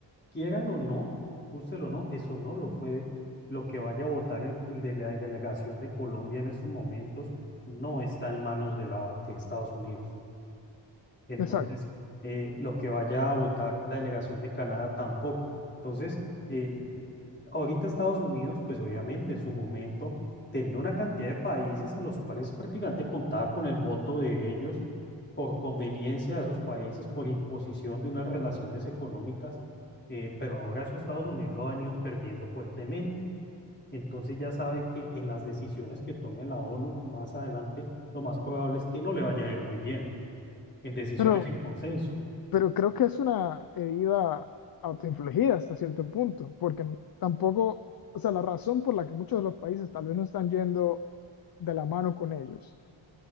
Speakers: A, on the left (about 25°); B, on the left (about 50°).
A: quiéralo o no, úselo o no, eso no lo puede, lo que vaya a votar el, el de la delegación de Colombia en estos momentos no está en manos de, la, de Estados Unidos. Entonces,
B: Exacto.
A: eh, lo que vaya a votar la delegación de Canadá tampoco. Entonces, eh, ahorita Estados Unidos, pues obviamente en su momento tenía una cantidad de países en los cuales prácticamente contaba con el voto de ellos por conveniencia de esos países, por imposición de unas relaciones económicas, eh, pero ahora eso Estados Unidos lo ha venido perdiendo fuertemente. Entonces ya sabe que en las decisiones que tome la ONU más adelante, lo más probable es que no le vaya a ir muy bien en decisiones
B: Pero
A: en consenso.
B: Pero creo que es una herida autoinfligida hasta cierto punto, porque n- tampoco, o sea, la razón por la que muchos de los países tal vez no están yendo de la mano con ellos.